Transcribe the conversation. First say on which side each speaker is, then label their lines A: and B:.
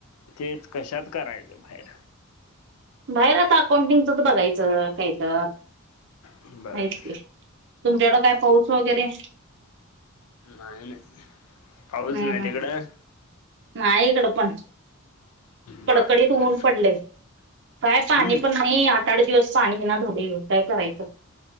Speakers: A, on the left; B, on the right.
A: तेच कशात करायचं बाहेर.
B: बाहेर आता अकाउंटिंगचं बघायचं काहीतर.
A: बर
B: आहेच की तुमच्याकडं काय पाऊस वगैरे.
A: नाही नाही पाऊस
B: हम्म
A: नाही
B: हम्
A: तिकडं.
B: नाही इकडंपण. कडकडीत
A: बर
B: ऊन पडलय काय पाणी
A: हम्म
B: पण नाही आता आठ दिवस पाणी हे ना झालय काय करायचं.